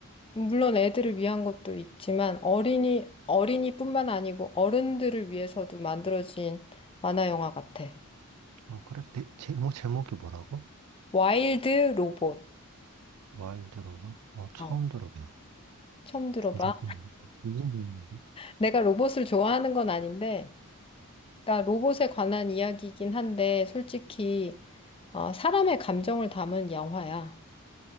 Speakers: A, on the left; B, on the right.
A: 물론 애들을 위한 것도 있지만 어린이, 어린이뿐만 아니고 어른들을 위해서도 만들어진 만화 영화 같아.
B: 어, 그래? 네, 제목, 제목이 뭐라고?
A: 와일드 로봇.
B: 와일드어그 어,
A: 어.
B: 처음 들어봐.
A: 처음 들어봐.
B: 근데 좀, 무슨 의미인데?
A: 내가 로봇을 좋아하는 건 아닌데, 그러니까 로봇에 관한 이야기이긴 한데, 솔직히, 어, 사람의 감정을 담은 영화야.